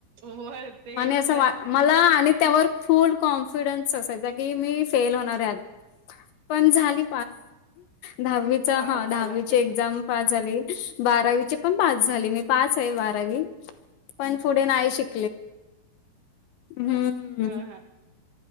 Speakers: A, on the right; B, on the left.
A: होय ते
B: आणि
A: हेच
B: असं
A: होत
B: वा मला आणि त्यावर फुल कॉन्फिडन असायचा क मी फेल होणार पण झाली दहावीचा
A: पास
B: एक्झाम हा
A: झाला
B: दहावीची एक्झाम पास झाली आणि बारावी पण पास झाली मी पाच आहे बारावी पण पुढे नाही शिक हम्म
A: हा हा <unintelligible>